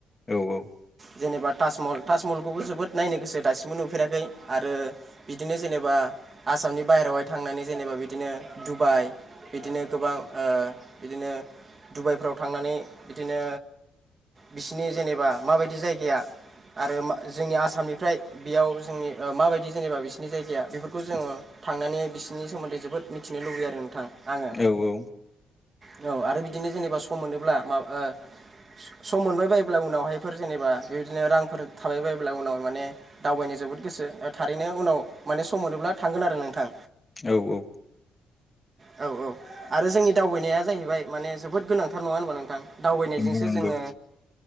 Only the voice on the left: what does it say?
औ औ
औ औ
औ औ
नंगौ नंगौ